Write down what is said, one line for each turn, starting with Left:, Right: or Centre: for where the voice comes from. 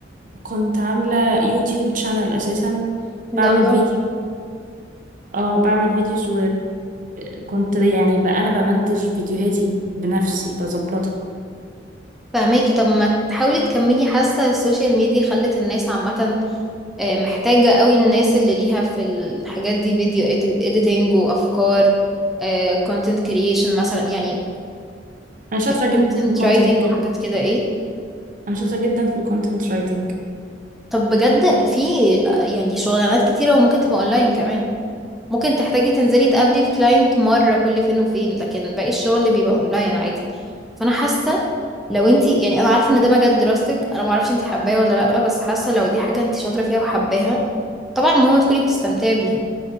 Right: كنت عاملة يوتيوب تشانل أساسا
Centre: ايه
Right: بعمل
Centre: ده الله
Right: فيديو اه بعمل فيديوز وكنت يعني بقى انا بمنتج فيديوهاتي بنفسي بظبطها
Centre: فهماكي طب ما تحاولي تكملي حاسة السوشيال ميديا خلت الناس عامة آه، محتاجة قوي الناس اللي ليها في الحاجات دي فيديو اديتنج وافكار كونتنت كرييشن مثلا يعني
Right: انا شاطره جدا
Centre: كونتنت
Right: في الكونتنت
Centre: رايتنج وحاجات كده ايه
Right: انا شاطره جدا في الكونتنت رايتنج
Centre: طب بجد في آه، يعني شغلانات كتيرة وممكن تبقى اونلاين كمان ممكن تحتاجي تنزلي تقابلي الكلاينت مرة كل فين وفين لكن باقي الشغل بيبقى اونلاين عادي فانا حاسة لو انتي يعني انا عارفة ان ده مجال دراستك انا معرفش انتي حباه ولا لأ بس حاسة لو دي حاجة انتي شاطرة فيها وحباها طبعا المهم تكوني بتستمتعي بيها